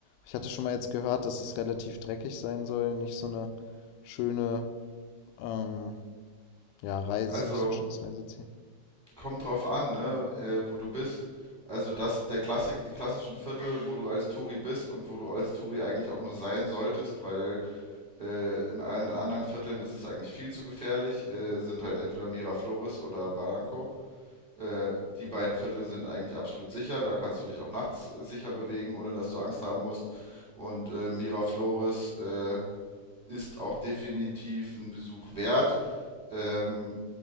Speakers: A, on the left; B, on the right.
A: ich hatte schon mal jetzt gehört, dass es relativ dreckig sein soll, nicht so eine schöne, ähm, ja, Reise,
B: Also
A: nicht so ein schönes Reiseziel.
B: kommt drauf an, ne, äh, wo du bist. Also das, der Klassik, die klassischen Viertel, wo du als Touri bist und wo du als Touri eigentlich auch nur sein solltest, weil äh, in allen anderen Vierteln ist es eigentlich viel zu gefährlich, äh, sind halt entweder Miraflores oder Barranco. Äh, die beiden Viertel sind eigentlich absolut sicher, da kannst du dich auch nachts sicher bewegen, ohne dass du Angst haben musst. Und äh, Miraflores äh, ist auch definitiv ein Besuch wert. Ähm,